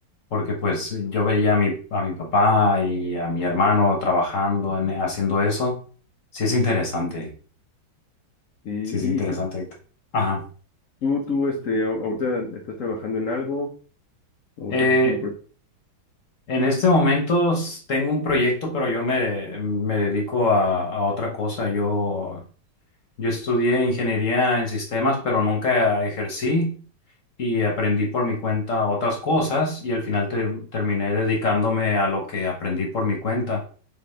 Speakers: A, on the left; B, on the left.
A: porque pues yo veía a mi, a mi papá y a mi hermano trabajando, en, haciendo eso. Sí es interesante,
B: sí.
A: sí es
B: ¿Y,
A: interesante.
B: y tú,
A: Héctor. Ajá.
B: tú, tú, este, a- ahorita estás trabajando en algo o
A: Eh,
B: tienes un... pro-
A: en este momento s- tengo un proyecto, pero yo me, me dedico a, a otra cosa. Yo, yo estudié ingeniería en sistemas, pero nunca ejercí. y aprendí por mi cuenta otras cosas y al final ter- terminé dedicándome a lo que aprendí por mi cuenta.